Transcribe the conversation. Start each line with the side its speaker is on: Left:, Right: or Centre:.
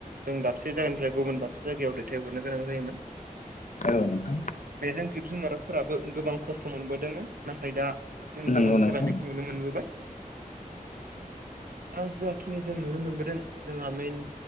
Right: जों दाबसे जायगानिफ्राय गुबुन दाबसे जायगायाव दैथायहरनो गोनां जायोमोन।
Left: औ नोंथां।
Right: बेजों जिब जुनारारफोराबो गोबां खस्थ' मोनबोदोंमोन। नाथाय दा जों
Left: नंगौ
Right: गोबां
Left: नोंथां
Right: सोलायनायखौ नुनो मोनबोबाय। दा जाखिनि जों नुनो मोनबोदों जोंहा मेन